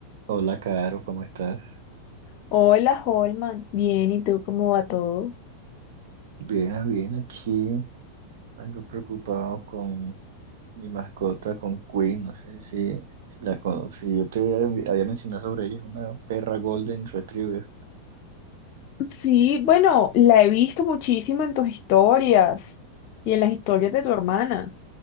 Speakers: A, on the right; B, on the left.
A: Hola, Caro, ¿cómo estás?
B: Hola, Holman. Bien, ¿y tú cómo va todo?
A: Bien, ah, bien, aquí algo preocupado con mi mascota, con Queen, no sé si la conocí. Yo te había mencionado sobre ella, es una perra Golden Retriever.
B: Sí, bueno, la he visto muchísimo en tus historias y en las historias de tu hermana.